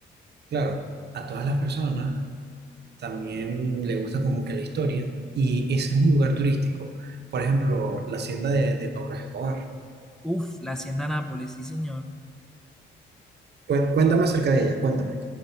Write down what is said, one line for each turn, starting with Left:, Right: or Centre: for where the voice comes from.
Right: claro, a todas las personas también le gusta como que la historia y ese es un lugar turístico. Por ejemplo, la hacienda de, de Pablo Escobar.
Centre: uff, la Hacienda Nápoles, sí señor.
Right: Cué- Cuéntame acerca de ella, cuéntame.